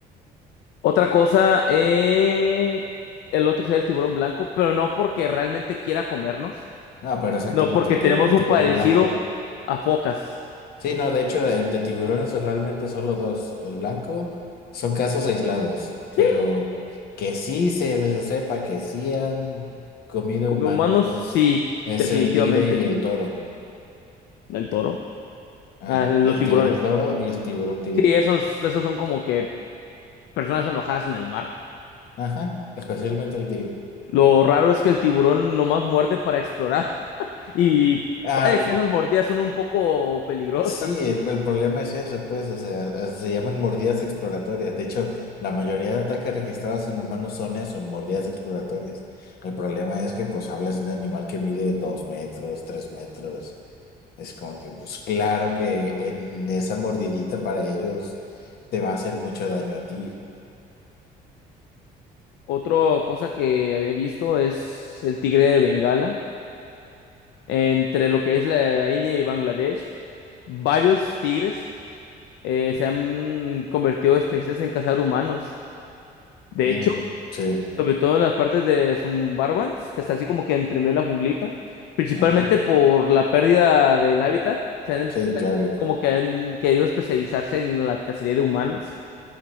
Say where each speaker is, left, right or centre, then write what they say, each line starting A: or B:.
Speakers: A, on the left (about 80°); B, on the left (about 65°).
A: Otra cosa, eh, el otro sería el tiburón blanco, pero no porque realmente quiera comernos,
B: No, pero exactamente,
A: no porque
B: el,
A: tenemos
B: ti- el
A: un
B: tiburón
A: parecido
B: blanco.
A: a focas.
B: Sí, no, de hecho, eh, de tiburones realmente solo dos. El blanco son casos aislados,
A: Sí,
B: pero que sí se se sepa que sí han comido
A: Come
B: humanos
A: humanos, sí,
B: es
A: definitivamente.
B: el tigre y el toro.
A: El toro.
B: Ajá,
A: Ah, los
B: el
A: tiburones.
B: tiburón toro y el tiburón tigre.
A: Sí, esos, esos son como que personas enojadas en el mar.
B: Ajá, especialmente el tigre.
A: Lo raro es que el tiburón nomás muerde para explorar. <laughs> Y
B: Ah,
A: vaya que esas mordidas son un poco peligrosas.
B: Sí, el, el problema es eso, pues, o sea, eh, se llaman mordidas exploratorias. De hecho, la mayoría de ataques registrados en humanos son eso, mordidas exploratorias. El problema es que, pues, hablas de un animal que mide dos metros, tres metros. Es como que, pues, claro que en esa mordidita para ellos te va a hacer mucho daño a ti.
A: Otra cosa que había visto es el tigre de Bengala. Entre lo que es la India y Bangladesh, varios tigres eh, se han convertido especialistas en cazar humanos. De
B: Mm,
A: hecho,
B: sí,
A: Sobre todo en las partes de Sumbarbans, que está así como que entre medio de la junglita, principalmente
B: ajá,
A: por la pérdida del hábitat, se han, em,
B: sí,
A: se
B: claro.
A: han- como que han querido especializarse en la cacería de humanos